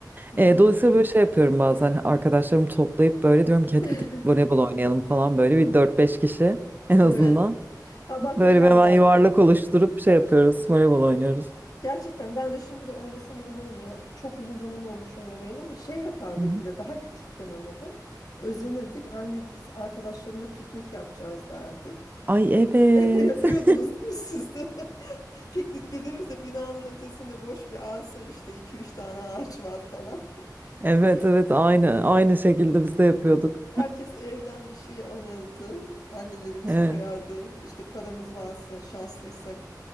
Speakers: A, on the left (about 55°); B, on the right (about 25°).
A: Mhm.
B: Ee, dolayısıyla böyle şey yapıyorum bazen arkadaşlarımı toplayıp böyle diyorum ki hadi
A: <laughs>
B: gidip voleybol oynayalım falan böyle bir dört beş kişi <laughs> en azından.
A: Evet. Aa
B: Böyle
A: bak ne geldi
B: bir hemen
A: aklıma.
B: yuvarlak oluşturup şey yapıyoruz voleybol oynuyoruz.
A: Gerçekten ben de şimdi de oynasam oynarım ya. Çok uzun zaman olmuş oynamayalı ama şey yapardık
B: Hı hı.
A: bir de daha küçükken ama bu. Özenirdik. Anne biz arkadaşlarımla piknik yapacağız derdik.
B: Ay evet.
A: <laughs> Yapıyordunuz
B: <laughs>
A: değil mi siz de? <laughs> Piknik dediğimizde binanın ötesinde boş bir arsa işte iki üç tane ağaç var falan. <laughs>
B: Evet evet aynı aynı şekilde biz de yapıyorduk.
A: Herkes evden bir şey alırdı. Annelerimiz
B: Evet.
A: koyardı. İşte paramız varsa, şanslıysak